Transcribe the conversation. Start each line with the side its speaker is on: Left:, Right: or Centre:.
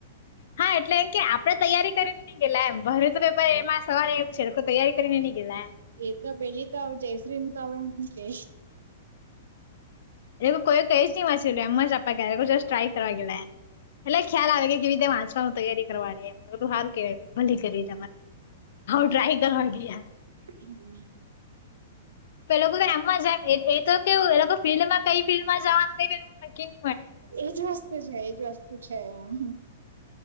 Left: હા એટલે એમ કે આપડે તૈયારી કરીને નઈ ગેલા એમ ભર તો પેપર એમાં સવારે એમ છે તૈયારી કરીને
Right: હા
Left: નઈ ગયેલા એમ
Right: એ તો પેલી તો જયસ્રીને તો હવે કે
Left: એટ લોકો કોઈ કઈ ન વાચલું એમમાં ચપ સ્ટ્રાઈ કરવા ગે એટલે ખ્યાલ આવે કે કેવી રીતે વાંચવાની તૈયારી કરવાની એમ બધું હારુ કેહેવાય ભલે કરી હ ટ્રાય કર હ કે
Right: હમ
Left: પે લોકો તો એમમાં જ એ તો કેવું એ લોકો ફિલ્ડમાં કઈ ફિલ્ડમાં જવાનું તે કઈક્કી
Right: એજ વસ્તુ છે એજ વસ્તુ છે એમ